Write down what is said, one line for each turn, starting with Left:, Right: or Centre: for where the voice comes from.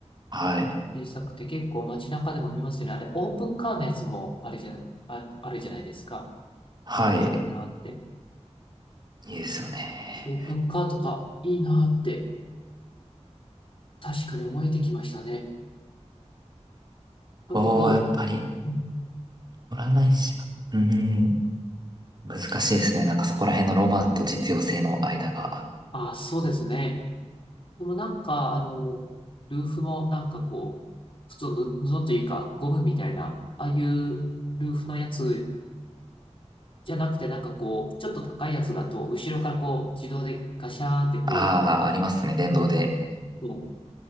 Right: はい。
Left: 小さくて結構街中でも見ますよね。あれ、オープンカーのやつもあれじゃない、あ、あるじゃないですか。
Right: はい。
Left: あれがいいなって。
Right: いいですよね。
Left: オープンカーとかいいなって確かに思えてきましたね。なんかこう、
Right: おー、やっぱり、
Left: うん
Right: 乗らないしな。うーん。難しいですね。なんかそこら辺のロマンと実用性の間が。
Left: ああ、そうですね。でもなんか、あの、ルーフもなんかこう、普通の布布というかゴムみたいな、ああいうルーフのやつじゃなくてなんかこう、ちょっと高いやつだと、後ろからこう、自動でガシャーンってこ
Right: ああ、ありますね、電動で。
Left: う、うんそう。